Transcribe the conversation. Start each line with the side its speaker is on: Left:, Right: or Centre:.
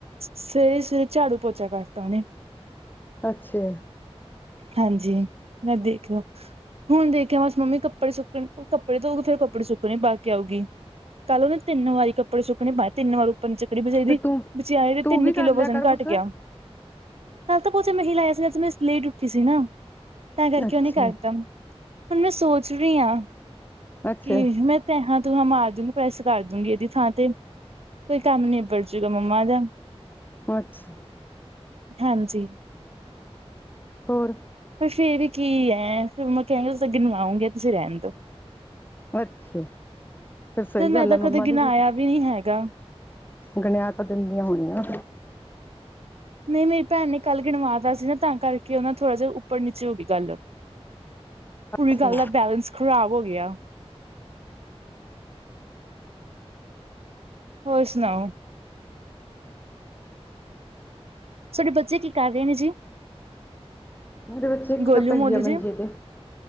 Right: ਸਵੇਰੇ ਸਵੇਰੇ ਝਾੜੂ ਪੋਚਾ ਕਰਤਾ ਉਹਨੇ
Left: ਅੱਛਾ।
Right: ਹਾਂਜੀ ਮੈਂ ਦੇਖਓ ਹੁਣ ਦੇਖਿਆ ਬਸ ਮੰਮੀ ਕੱਪੜੇ ਸੁੱਕਣੇ ਕੱਪੜੇ ਧੋ ਕੇ ਫੇਰ ਕੱਪੜੇ ਸੁੱਕਣੇ ਪਾ ਆਉਗੀ। ਕੱਲ੍ਹ ਓਨੇ ਤਿੰਨ ਵਾਰੀ ਕੱਪੜੇ ਸੁੱਕਣੇ ਬਾਹਰ ਤਿੰਨ ਵਾਰ ਚੱਕੜ ਬਜਾਈ ਦੀ
Left: ਫਿਰ ਤੂੰ
Right: ਬਚਿਆਰੀ
Left: ਤੂੰ
Right: ਤਿੰਨ
Left: ਵੀ
Right: ਕਿੱਲੋ
Left: ਕਰ ਲਿਆ
Right: ਵਜਨ
Left: ਕਰ
Right: ਘੱਟ
Left: ਕੁਛ ਅੱਛਾ
Right: ਗਿਆ। ਕੱਲ ਤਾਂ ਪੋਚਾ ਮੈਂ ਹੀ ਲਾਇਆ ਸੀ ਨਾ, ਅੱਜ ਮੈਂ ਲੇਟ ਉੱਠੀ ਸੀ ਨਾ ਤਾਂ ਕਰਕੇ
Left: ਅੱਛਾ
Right: ਉਹ ਨੀ ਕਰਦਾ ਤਾਂ। ਹੁਣ ਮੈਂ ਸੋਚ ਰੀ ਆ
Left: ਅੱਛਾ
Right: ਕਿ ਮੈਂ ਤੇਹਾ ਤੁਹਾ ਮਾਰ ਦੂੰਗੀ ਪ੍ਰੈਸ ਕਰ ਦੂੰਗੀ ਇਹਦੀ ਥਾਂ ਤੇ ਕੋਈ ਕੰਮ ਨੀਬੜ ਜੂਗਾ ਮੰਮਾ ਦਾ
Left: ਅੱਛਾ।
Right: ਹਾਂਜੀ।
Left: ਹੋਰ।
Right: ਪਰ ਫੇਰ ਵੀ ਕੀ ਐ ਫਿਰ ਮੈਂ ਕਹਿਣ ਤੁਸੀ ਗਿਨਵਾਉਂਗੇ ਤੁਸੀਂ ਰਹਿਣ ਦੋ
Left: ਅੱਛਾ ਫਿਰ ਸਹੀ
Right: ਚੱਲ ਮੈਂ
Left: ਗੱਲ
Right: ਤਾਂ
Left: ਆ ਮੰਮਾ
Right: ਕਦੇ ਗਿਨਾਇਆ
Left: ਦੀ
Right: ਵੀ ਨੀ ਹੈਗਾ।
Left: ਗਣਿਆ ਤਾਂ ਦਿੰਦੀਆਂ ਹੋਣੀਆਂ।
Right: ਨਹੀਂ ਮੇਰੀ ਭੈਣ ਨੇ ਕੱਲ ਗਣਵਾਤਾ ਸੀ ਨਾ ਤਾਂ ਕਰਕੇ ਉਹਨਾ ਥੋੜ੍ਹਾ ਜਿਹਾ ਉੱਪਰ ਨੀਚੇ ਹੋ ਗਈ ਗੱਲ ਪੂਰੀ
Left: ਅੱਛਾ
Right: ਗੱਲ ਦਾ ਬੈਲੇੈਂਸ ਖ਼ਰਾਬ ਹੋ ਗਿਆ। ਹੋਰ ਸੁਣਾਓ। ਤੁਹਾਡੇ ਬੱਚੇ ਕੀ ਕਰ ਰਹੇ ਨੇ ਜੀ।
Left: ਮੇਰੇ ਬੱਚੇ ਇੱਕ
Right: ਗੋਲੂ
Left: ਤਾਂ ਪਈ
Right: ਮੋਲੂ
Left: ਆ ਮੰਜੇ
Right: ਜੀ
Left: ਤੇ